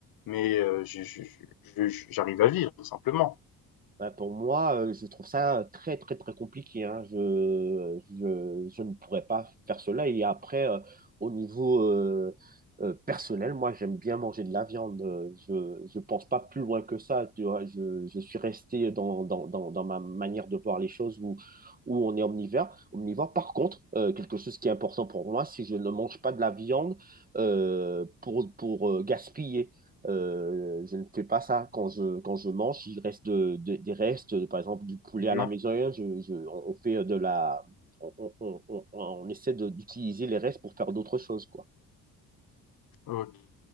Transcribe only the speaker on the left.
mais euh, je- je- je- je- j'arrive à vivre simplement.
Bien.
Ok.